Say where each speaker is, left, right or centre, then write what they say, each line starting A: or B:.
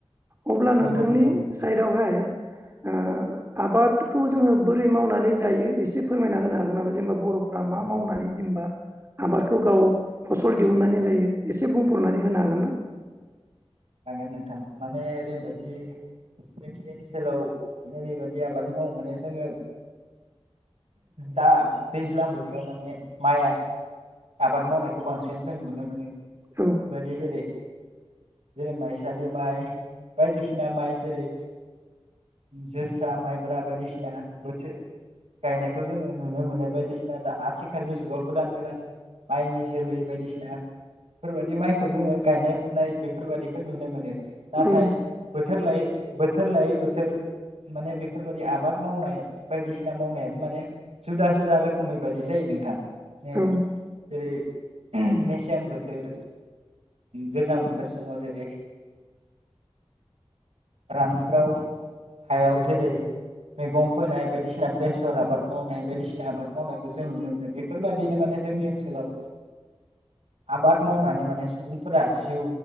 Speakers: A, on the right; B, on the right.
A: अब्ला
B: नोंगौ
A: नोंथांनि
B: नोंथां नोंगौ
A: साइडआवहाय ओ आबादखौ जोङो बोरै मावनानै जायो एसे फोरमायना होनो हागोन नामा जेनेबा बर' फ्रा मा मावनानै जेनेबा आबादखौ गाव फसल दिहुननानै जायो एसे बुंफोरनानै होनो हागोन ना?
B: हागोन नोंथां माने ओरैबायदि जोंनि ओनसोलाव ओरैबायदि आबाद मावो माने जोङो दा दैज्लां बोथोराव माने माइआ आबाद मावनायखौ बांसिन जों नुनो मोनो। <unintelligible>
A: औ
B: जेरै माइसालि माइ बायदिसिना माइ जेरै जोसा माइब्रा बायदिसिना बोथोर गायनायखौ जोङो नुनो मोनो बायदिसिना दा आथिखालनि जुगाव गोदान गोदान माइनि जोलै बायदिसिनाफोरबायदि माइखौ जोङो गायनाय फुनाय बे बेफोर बायदिखौ नुनो मोनो। नाथाइ
A: औ
B: बो बोथोर लायै बोथोर लायै बोथोर माने बेफोरबायदि आबाद मावनाय बायदिसिना मावनायाबो माने जुदा जुदा रोखोमै बादि जायो नोंथां। <unintelligible>
A: औ
B: जेरै- मेसें बोथोर गोजां बो थोर समाव जेरै रानस्राव हायाव जेरै मैगं फोननाय बायदिसिना बेसर आबाद मावनाय बायदिसिना आबाद मावनायखौ जों नुनो मोनो बेफोरबायदिनो माने जोंनि ओनसोलाव आबाद मावनानै माने सुबुंफोरा जिउ